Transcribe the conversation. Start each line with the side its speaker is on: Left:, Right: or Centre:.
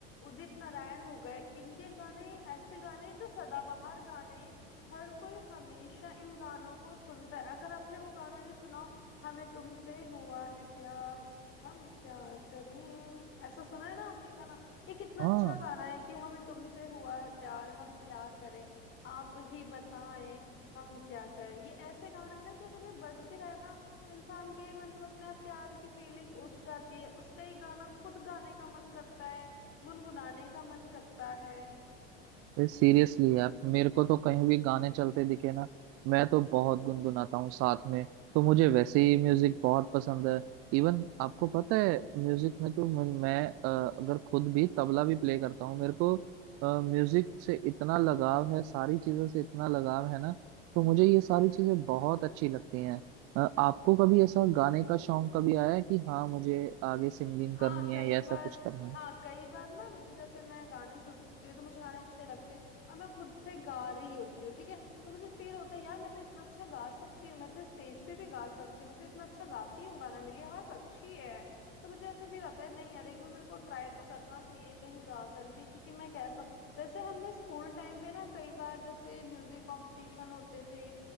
Left: उदित नारायण हो गए इनके गाने ऐसे गाने जो सदाबहार गाने हर कोई हमेशा इन गानों को सुनता है अगर आपने वो गाना भी सुना हो, हमें तुमसे हुआ है प्यार हम क्या करें ऐसा सुना है ना आपने गाना ये कितना
Right: हाँ
Left: अच्छा गाना है कि हमें तुमसे हुआ है प्यार हम क्या करें आप ही बताएं हम क्या करें ये ऐसे गाना है ना कि अगर ये बज भी रहा है ना इंसान के मन में अपना प्यार की फीलिंग उठ जाती है उसका ये गाना खुद गाने का मन करता है गुनगुनाने का मन करता है
Right: सीरियसली यार मेरे को तो कहीं भी गाने चलते दिखे ना मैं तो बहुत गुनगुनाता हूँ साथ में तो मुझे वैसे ही म्यूजिक बहुत पसंद है इवन आपको पता है म्यूजिक में तो म- मैं अ, अगर खुद भी तबला भी प्ले करता हूँ मेरे को म्यूजिक से इतना लगाव है सारी चीजों से इतना लगाव है ना तो मुझे ये सारी चीजें बहुत अच्छी लगती हैं अ, आपको कभी ऐसा गाने का शौक कभी आया है कि हाँ मुझे आगे सिंगिंग
Left: हाँ
Right: करनी
Left: कई
Right: है या ऐसा
Left: बार
Right: कुछ करना है
Left: हाँ कई बार ना मुझे जैसे मैं गाने सुनती हूँ तो मुझे गाने अच्छे लगते हैं और मैं खुद से गा रही होती हूँ ठीक है तो मुझे फील होता है यार मैं तो इतना अच्छा गा सकती हूँ मैं तो स्टेज पे भी गा सकती हूँ मैं तो इतना अच्छा गाती हूँ गाना मेरी आवाज अच्छी है तो मुझे ऐसा फील आता है नहीं यार एक बार मेरे को ट्राई तो करना चाहिए कहीं गा करके कि, कि मैं कैसा हूँ। वैसे हमने स्कूल टाइम पे ना कई बार जैसे म्यूजिक कंपटीशन होते थे